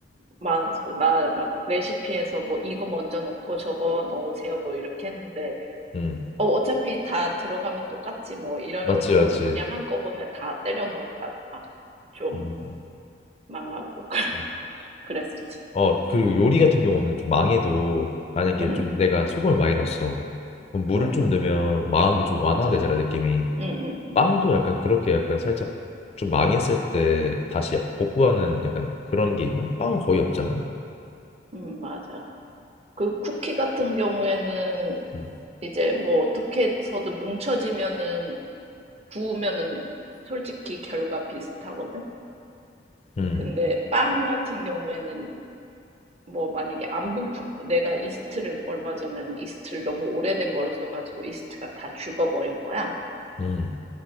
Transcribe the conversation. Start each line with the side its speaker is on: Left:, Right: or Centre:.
Right: 많았어. 나 막 레시피에서 뭐 이거 먼저 넣고 저거 넣으세요 뭐 이렇게 했는데
Left: 응,
Right: 어, 어차피 다 들어가면 똑같지 뭐 이러면서
Left: 맞지 맞지.
Right: 그냥 한꺼번에 다 때려 넣었다가 막 좀
Left: 음.
Right: 망하고 <laughs>
Left: 어
Right: 그랬었지.
Left: 어, 그리고 요리 같은 경우는 좀 망해도 만약에
Right: 응
Left: 좀 내가 소금을 많이 넣었어. 그럼 물을
Right: 응. 어,
Left: 좀 넣으면 망한 게 좀 완화되잖아
Right: 맞아.
Left: 느낌이.
Right: 응 응 응
Left: 빵도 약간 그렇게 약간 살짝 좀 망했을 때 다시 약간 복구하는 약간 그런 게 있나? 빵은 거의 없잖아.
Right: 응, 맞아. 그 쿠키 같은 경우에는
Left: 음,
Right: 이제 뭐 어떻게 해서든 뭉쳐지면은 구우면은 솔직히 결과 비슷하거든.
Left: 음,
Right: 근데 빵 같은 경우에는 뭐 만약에 안 부풀, 내가 이스트를 얼마 전에는 이스트를 너무 오래된 걸 써가지고 이스트가 다 죽어버린 거야.
Left: 음,